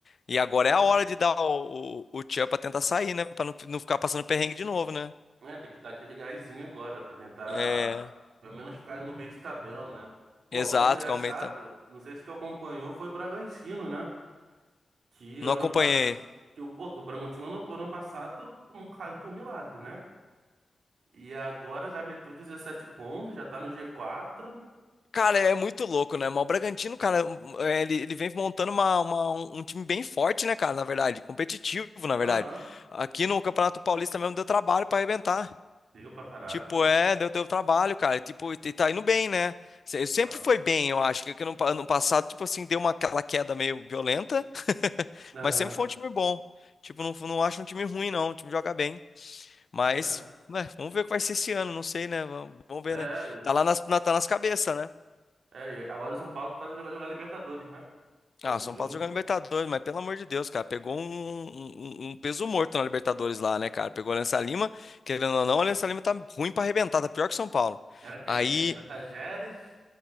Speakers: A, on the left (about 50°); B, on the right (about 80°).
A: E agora
B: é,
A: é a hora
B: é.
A: de dar o, o, o tchan pra tentar sair, né? Pra não, não ficar passando perrengue de novo, né?
B: É, tem que dar aquele gásinho agora pra tentar,
A: É,
B: pelo menos, ficar no meio de tabela, né? Pô,
A: exato,
B: agora é engraçado,
A: que aumenta.
B: não sei se tu acompanhou, foi o Bragantino, né? Que
A: Não
B: ano
A: acompanhei.
B: passado. Que, o- pô, que o Bragantino ano, ano passado não caiu por milagre, né? E agora já meteu 17 pontos, já tá no g quatro
A: Cara, é muito louco, né? Mas o Bragantino, cara, hum, hum, é, ele, ele vem montando uma, uma- um um time bem forte, né, cara? Na verdade, competitivo, na
B: Aham,
A: verdade. Aqui no Campeonato Paulista mesmo deu trabalho pra arrebentar.
B: deu pra caraca.
A: Tipo, é, deu, deu trabalho, cara. E, Tipo, e e tá indo bem, né? Se- Sempre
B: Tá.
A: foi bem, eu acho. Que que no pa- ano passado, tipo assim, deu uma, aquela queda meio violenta, <laughs>
B: Aham,
A: mas sempre foi um time bom. Tipo, não, não acho um time ruim, não. O time joga bem. Mas,
B: é.
A: né, vamos ver o que vai ser esse ano, não sei, né? Vamos, vamos ver,
B: É,
A: né? Tá lá nas, na, tá nas cabeças, né?
B: É, e agora o São Paulo vai jogar, jogar Libertadores, né? Próximo
A: Ah, o São
B: jogo.
A: Paulo tá jogando Libertadores, mas pelo amor de Deus, cara, pegou um, um- um um peso morto na Libertadores lá, né, cara? Pegou o Alianza Lima, querendo ou não, o Alianza Lima tá ruim pra arrebentar, tá pior que o São Paulo.
B: Era quem?
A: Aí,
B: É- Era Tajeres?